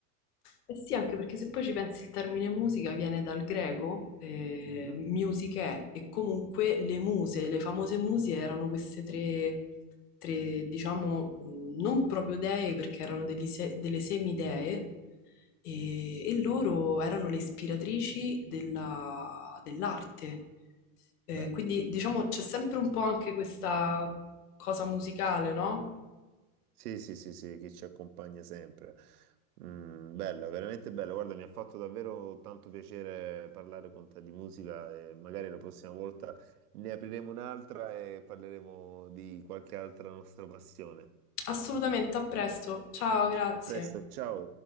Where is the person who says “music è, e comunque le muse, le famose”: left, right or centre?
Left